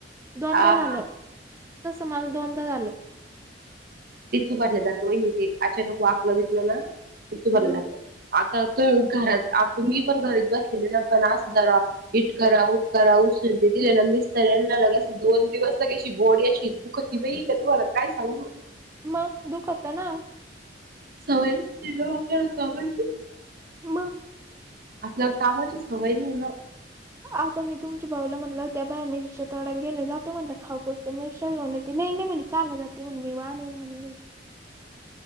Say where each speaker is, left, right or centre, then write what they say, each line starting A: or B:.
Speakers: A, on the right (about 15°); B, on the right (about 55°).
A: दोनदा
B: हा
A: झालं
B: हा टिचू
A: तस मला दोनदा झालं
B: तिचू भरलं जातो ते अचानक वाकलं विकलं ना तिचू भारलं
A: हा
B: जातं आता तू घरात आ मी पण घरीच बसलेले ना पनस हजार इट करा उट करा उसर दिले ना मिस्तर लगायच दोन दिवस लगाशी बोड अशी दुखत बाई का तुम्हाला काय सांगू
A: मग दुख होतं ना
B: सवयला त व कची
A: म
B: आपल्या कामाची सवय नाही ना
A: आता मी तुमच्या भाऊला म्हणलं त्या ताईमच्या तड्याला गेले जाते म्हणलं खापूर मिरश घेऊन येते नाही नाही म्हणे कामाला जाते म्हणे मी बा येन म्हणे